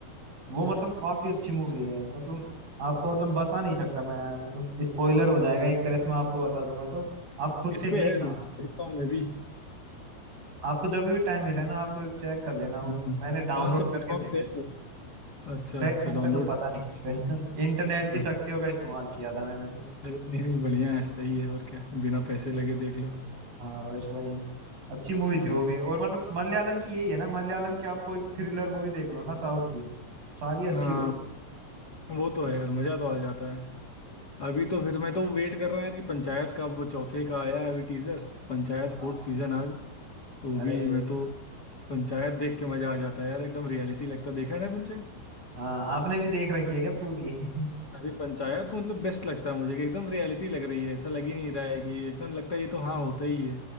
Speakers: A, on the right; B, on the left.
A: वो मतलब काफी अच्छी मूवी है मतलब आपको मतलब बता नहीं सकता मैं मतलब स्पॉइलर हो जाएगा एक तरह से मैं आपको बता दूंगा तो आप खुद
B: इस
A: से देखना
B: पे है देखता हूँ मैं भी
A: आपको जब भी टाइम मिले ना आप चेक कर लेना वो
B: हम्म।
A: मैंने डाउनलोड
B: कौन से प्लेटफॉर्म
A: करके देखी
B: पे है
A: थी
B: वो? अच्छा
A: प्लेटफॉर्म
B: अच्छा डाउनलोड
A: पे तो पता नहीं किस पे <laughs> इंटरनेट की
B: अरे
A: शक्तियों का इस्तेमाल किया था मैंने तो
B: नहीं नहीं बढ़िया है सही है और क्या बिना पैसे लगे देख लो
A: हाँ वैसे वही अच्छी मूवी
B: हाँ
A: थी वो भी
B: हाँ
A: और मतलब मलयालम की यही है ना मलयालम की आप कोई भी थ्रिलर मूवी देख लो ना साउथ की सारी अच्छी
B: हाँ,
A: होती
B: वो तो है यार मजा तो आ जाता है अभी तो फिर मैं तो वेट कर रहा हूँ यार कि पंचायत का अब चौथे का आया है अभी टीजर तो पंचायत
A: है। हाँ
B: फोर्थ सीजन आ जाए तो
A: अरे
B: अभी मैं तो पंचायत देख के मजा आ जाता है यार एकदम रियलिटी लगता है देखा है ना पंचायत
A: हाँ आपने भी देख रखी है क्या पूरी <laughs>
B: अरे पंचायत तो मतलब बेस्ट लगता है मुझे कि एकदम रियलिटी लग रही है ऐसा लग ही नहीं रहा है कि एकदम लगता है ये तो हाँ होता ही है